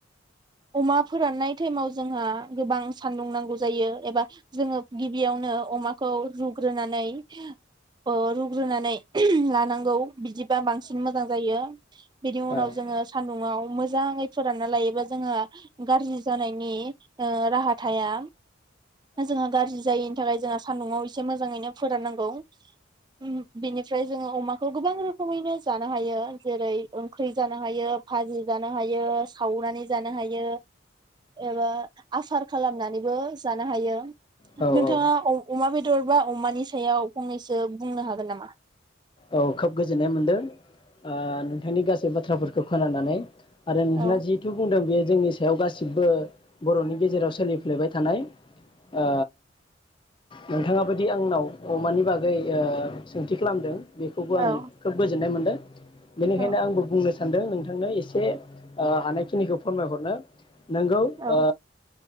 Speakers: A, on the right (about 25°); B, on the left (about 25°).
A: अमा फोराननाय टाइमाव जोंहा गोबां सानदुं नांगौ जायो एबा जोङो गिबियावनो अमाखौ रुग्रोनानै ओ रुग्रोनानै उम लानांगौ बिदिबा बांसिन मोजां जायो बेनिउनाव
B: औ
A: जोङो सान्दुंङाव मोजाङै फोरानना लायोबा जोंहा गारजि जानायनि ओ राहा थाया जोंङो गारजि जायैनि थाखाय जोंहा सान्दुङाव एसे मोजाङैनो फोराननांगौ उम बेनिफ्राय जोङो अमाखौ गोबां रोखोमैनो जानो हायो जेरै ओंख्रि जानो हायो भाजि जानो हायो सावनानै जानो हायो एबा आसार खालामनानैबो जानो हायो।
B: औ
A: नोंथाङा
B: औ
A: अमा बेदर बा अमानि सायाव फंनैसो बुंनो हागोन नामा?
B: औ खोब गोजोननाय मोनदों ओ नोंथांनि गासै बाथ्राफोरखौ खोनानानै आरो नोंथाङा
A: औ
B: जिहेथु बुंदों बे जोंनि सायाव गासिबो बर'नि गेजेराव सोलिफ्लेबाय थानाय ओ नोंथाङाबोदि आंनाव अमानि बागै ओ सोंथि खालामदों। बेखौबो
A: औ
B: आं खोब गोजोननाय मोनदों। बेनिखायनो
A: औ
B: आंबो बुंनो सानदों नोंथांनो एसे ओ हानायखिनिखौ फोरमायहरनो नोंगौ
A: औ
B: ओ